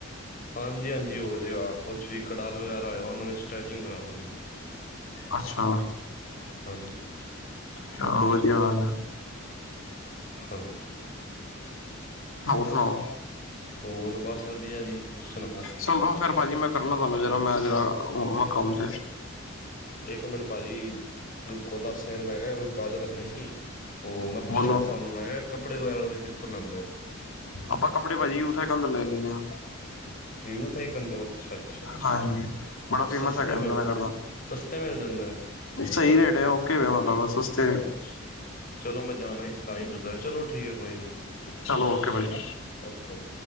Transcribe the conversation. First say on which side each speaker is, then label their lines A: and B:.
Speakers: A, on the left (about 40°); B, on the left (about 70°).
A: ਹਾਂਜੀ-ਹਾਂਜੀ ਹੋ ਜੇਗਾ ਕੁਛ ਵੀ ਕੜਾਲ ਵਗੈਰਾ ਹੋਇਆ ਉਹਨਾਂ ਨੇ ਸਟ੍ਰੈਚਿੰਗ ਕਰਾ ਦੇਣੀ ਹੈ
B: ਅੱਛਾ
A: ਹਾਂਜੀ-ਹਾਂਜੀ,
B: ਚਲੋ ਵਧੀਆ ਗੱਲ ਆ
A: ਹਾਂਜੀ,
B: ਹਰ ਸੁਣਾਓ?
A: ਹੋਰ ਬਸ ਵਧੀਆ ਜੀ, ਤੁਸੀ ਸੁਣਾਓ?
B: ਚਲੋ ਫਿਰ ਭਾਜੀ ਮੈਂ ਕਰਨਾ ਤੁਹਾਨੂੰ ਜਰਾ ਮੈਂ ਹੋ ਆਵਾ ਕੰਮ ਤੇ
A: ਇੱਕ ਮਿੰਟ ਭਾਜੀ ਰੁੱਖੋ ਦੱਸ ਸੈਕਿੰਡ ਮੈਂ ਕਿਹਾ ਕੋਈ ਗੱਲ ਕਰਨੀ ਸੀ। ਉਹ ਮੈਂ ਪੁੱਛਣਾ
B: ਬੋਲੋ
A: ਸੀ ਤੁਹਾਨੂੰ ਮੈਂ ਕਿਹਾ ਕੱਪੜੇ ਵਗੈਰਾ ਤੁਸੀਂ ਕਿੱਥੋਂ ਲੈਂਦੇ ਹੋ
B: ਆਪਾਂ ਕੱਪੜੇ ਪਾਜੀਏ ਉੱਥੇ ਕੰਧ ਲੈ ਲਦੇ ਆਾਂ
A: ਵਿਊ ਤਾਂ ਹੀ ਅੱਛਾ-ਅੱਛਾ-ਅੱਛਾ
B: ਹਾਂਜੀ ਬੜਾ ਫੇਮਸ
A: ਸਸਤੇ
B: ਹੈਗਾ
A: ਮਿਲ
B: ਮੈਨੂੰ ਕਰਦਾ
A: ਸਸਤੇ ਮਿਲ ਜਾਂਦੇ ਹੈ।
B: ਸਹੀ ਰੇਟ ਆ ਓਕੇ ਆ ਮਤਲਬ ਸਸਤੇ
A: ਅੱਛਾ-ਅੱਛਾ ਚਲੋ ਮੈ, ਜਾਣਾ ਹੀ ਸੀ ਤਾਂ ਹੀ ਪੁੱਛਦਾ ਚਲੋ ਠੀਕ ਹੈ ਕੋਈ ਨੀ
B: ਚਲੋ ਓਕੇ ਭਾਜੀ
A: ਓਕੇ ਓਕੇ